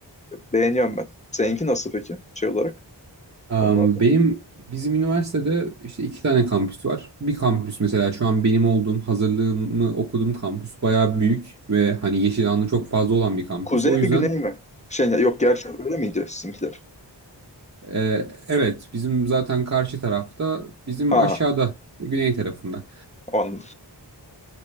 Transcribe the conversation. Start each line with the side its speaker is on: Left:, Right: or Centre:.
Left: beğeniyorum ben. Seninki nasıl peki şey olarak
Right: Am,
Left: bu konularda?
Right: benim bizim üniversitede işte iki tane kampüs var. Bir kampüs mesela şu an benim olduğum hazırlığımı okuduğum kampüs bayağı büyük ve hani yeşil alanı çok fazla olan bir kampüs.
Left: Kuzey
Right: O yüzden
Left: mi güney mi? Şey yok gerçi öyle miydi sizinkiler?
Right: Ee, evet, bizim zaten karşı tarafta, bizim
Left: Ha
Right: aşağıda, güney tarafında
Left: o anladım.